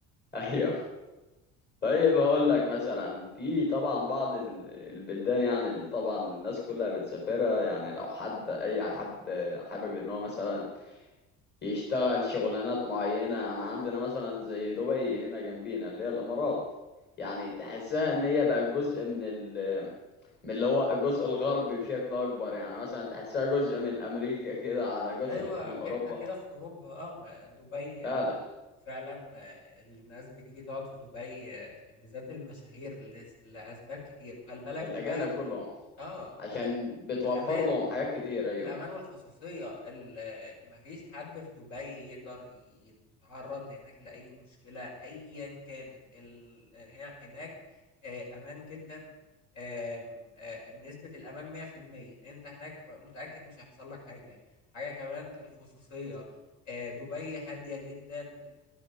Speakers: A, on the left; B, on the left.
A: أيوة طيب هقول لك مثلا في طبعا بعض ال- البلدان يعني اللي طبعا الناس كلها بتسافرها يعني لو حد أي حد حابب إن هو مثلا يشتغل شغلانات معينة يعني عندنا مثلا زي دبي هنا جنبينا اللي هي الإمارات يعني تحسها إن هي بقى جزء من ال من اللي هو الجزء الغربي بشكل أكبر يعني مثلا تحسها جزء من أمريكا كده على جزء
B: أيوة
A: من
B: حتة
A: أوروبا
B: كده في أوروبا أه م- دبي
A: فعلا
B: آه، فعلا آه، الناس بتيجي تقعد في دبي آه، بالذات المشاهير لس- لأسباب كتير وخلي بالك
A: الأجانب
B: دبي دلوقتي
A: كلهم
B: أه آه،
A: عشان بتوفر
B: الأمان
A: لهم حاجات كتير أيوه
B: الأمان والخصوصية ال- مفيش حد في دبي يقدر يتعرض هناك لأي مشكلة أيا كانت ال- هنا- هناك آه، أمان جدا آم، آه، نسبة الأمان 100% أنت هناك متأكد مش هيحصل لك حاجة حاجة كمان الخصوصية آه، دبي هادية جدا آم،